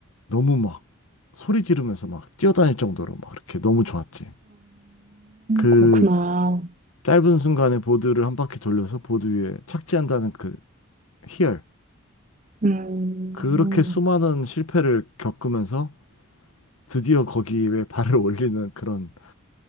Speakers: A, on the left (about 85°); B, on the right (about 35°).
A: 너무 막 소리 지르면서 막 뛰어다닐 정도로 막 이렇게 너무 좋았지. 그
B: 그렇구나.
A: 짧은 순간에 보드를 한 바퀴 돌려서 보드 위에 착지한다는 그 희열.
B: 음.
A: 그렇게
B: 음.
A: 수많은 실패를 겪으면서 드디어 거기에 발을 <laughs> 올리는 그런